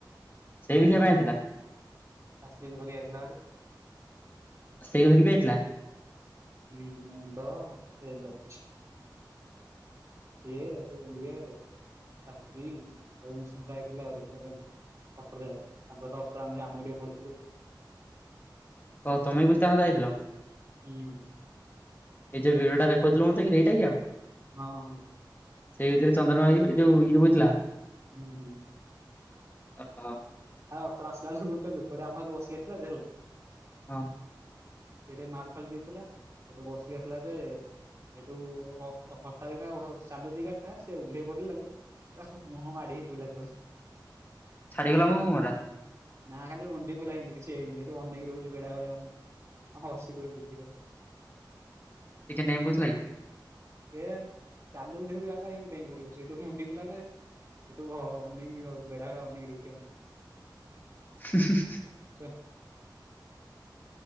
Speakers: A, on the left; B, on the right.
A: ସେ ବି ଖ୍ୟା ପାଇଁ ଆଇଥିଲା
B: ତା ସ୍ତ୍ରୀ କୁ ଧରି ଆଇଥିଲା ହେରି
A: ସେଇକୁ ଧରିକି ଆସିଥିଲା
B: ହୁଁ ମୁଣ୍ଡ ଏମ ଡାକୁଛି। ଇଏହେଠୁ ଇଏ ତା ସ୍ତି ସବୁ ମିଶି ମିଶାକି କହିଲେ ଆଉ ଦେଖିବା ପାଇଁ। ଅଟରେ ଆଉ ତାଙ୍କର ତ ଅଟରେ ଆମେ ଟିକେ ପଢ଼ିଥିଲୁ।
A: ହଁ ତମେବି ତାହେନେ ଯାଇଥିଲ?
B: ହୁଁ।
A: ଏ ଯୋଉ ଭିଡିଓ ଟା ଦେଖଉଥିଲୁ ମତେ କିରେ ହେଇଟାକି ଆଉ?
B: ହଁ ହଁ।
A: ସେଇ ଭିତରେ ଚନ୍ଦନ ଭାଇ ଯୋଉ ଇଏ ହଉଥିଲା।
B: ହୁଁ ହୁଁ।
A: ଅ ହ।
B: ଆରେ ଅଟ ଆସିଲାଏଳୁକୁ ଗୁଟେ ଲୁକଟେ ଆମ ସହିତ ବସିକି ଆସିଲା ଯେ
A: ହଁ।
B: ସେଟିକେ ମାଲ ଫାଲ ପିଇଥିଲା ସେଠୁ ବସିକି ଆସିଲା ଯେ ହେଠଉ ଅ ହଠାତ କିତା ଚାଲୁଛି ଗାଡିଟା ସେ ଉହ୍ଲେଇ ପଡିଲା ଯେ ଏରା ସବୁ ମୁହଁ ମାଡିହେଇକି ପଡିଲା ତଳେ।
A: ଛାଡ଼ିଗ ଲା ମୁହଁ ମୁହଁରା?
B: ନାଁ ଖାଲି ଉଣ୍ଡି ପଇଲା ଇନ୍ତି କିଛି ହେଇନି ହେଠୁ ଅନେଇକି ରହୁଛି ବେଡ଼ା ଭଳିଆ ଆମକୁ ହସିଦଉଚି କିର
A: ସିଏ କିଆଁ ଡେଇଁ ପଡୁ ଥିଲାକି?
B: କେଜାଣି ଚାଲୁଚି ଦେଖୁଚି ଗାଡ଼ିଟା ହେଇଠୁ ପଡିବ ସେଇଠୁ ପୁଣି ମୁୁଣ୍ଡି ପଇଲା ଯେ ହେଠୁ ହ ଅନେଇକି ବେଡ଼ାଭଳିଆ ରହୁଚି ଆମକୁ।
A: ହିଁ ହିଁ ହିଁ।
B: ସେ <unintelligible>